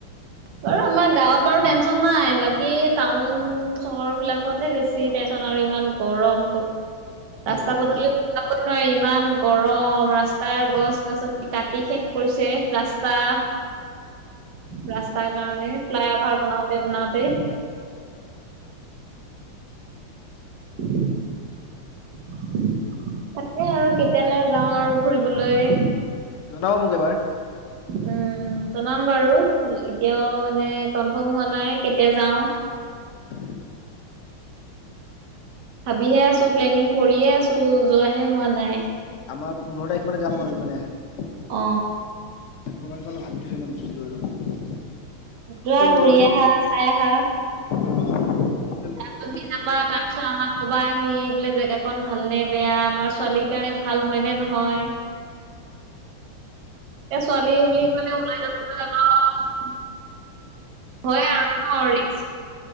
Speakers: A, on the right; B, on the left.
A: বাৰু আমাৰ গাঁৱত বাৰু টেনচন নাই বাক- কি টাউন চহৰ বিলাকতহে বেছি টেনচন আৰু ইমান গৰম ক
B: হয় হয়
A: ৰাস্তা
B: হয়
A: পদূলিও
B: গছ
A: ওলাব নোৱাৰি ইমান গৰম ৰাস্তাৰ গছ গছনি কাটি শেষ কৰিছে ৰাস্তা।
B: হয় হয়
A: ৰাস্তাৰ কাৰণে ফ্লাই অভাৰ বনাওঁতে বনাওঁতে।
B: হয়।
A: <inaudible> তাকে আৰু কেতিয়ালৈ যাওঁ আৰু ফুৰিবলৈ?
B: জনাব মোক এবাৰ।
A: উম জনাম বাৰু এতিয়াও মানে কনফাৰ্ম হোৱা নাই কেতিয়া যাওঁ।
B: <inaudible>
A: ভাবিহে আছো প্লেনিং কৰিয়ে আছো যোৱাহে হোৱা নাই।
B: আমাৰ পোন্ধৰ তাৰিখ মানে যাম আমি মানে। পুনৰজণে
A: অ
B: ভাবি থৈছিলে বস্তুটো আৰু।
A: যোৱা
B: চব ল'ৰাখিনি
A: ঘূৰি আহা চাই আহা।
B: অ নতুন
A: আহ
B: নতুন
A: তুমি
B: অভিজ্ঞতা
A: যাবা
B: ল'ব লাগিব
A: তাৰ
B: হয়
A: পিছত
B: নাই।
A: আমাক কবা আহি বোলে জেগাখন ভাল নে বেয়া। আমাৰ ছোৱালীৰ কাৰণে ভাল হয় নে নহয়। এয়া ছোৱালী বুলি কলে ওলাই যাবলৈ অলপ ভয় আৰু ন ৰিকছ্